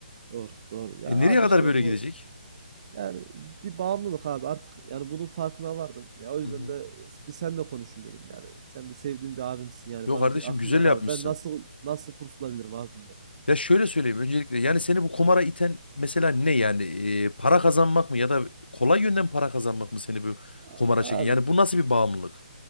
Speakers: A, on the right; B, on the left.
A: Doğru doğru. Ya
B: E nereye
A: abi
B: kadar
A: işte
B: böyle
A: bu
B: gidecek?
A: yani bir bağımlılık abi artık yani bunun farkına vardım. Ya o yüzden
B: Hı hı.
A: de e, bir senle konuşayım dedim. Yani sen de sevdiğim bir abimsin yani
B: Yok
A: bana
B: kardeşim
A: bir akıl
B: güzel
A: ver
B: yapmışsın.
A: abi. Ben nasıl nasıl kurtulabilirim abi bundan?
B: Ya şöyle söyleyeyim öncelikle yani seni bu kumara iten mesela ne yani E, para kazanmak mı ya da kolay yönden para kazanmak mı seni bu
A: A-
B: kumara çeken?
A: Abi
B: Yani bu nasıl bir bağımlılık?